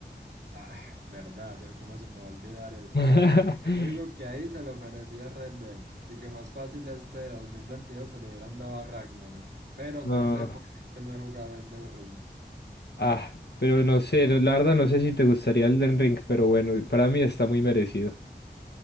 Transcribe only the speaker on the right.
Ah, verdad, yo cómo se me va a olvidar eso.
Yo digo que ahí se lo merecía Red Dead y que más fácil este 2022 se lo hubieran dado a Ragnarok. Pero
no sé por qué es que no he jugado el del Ring.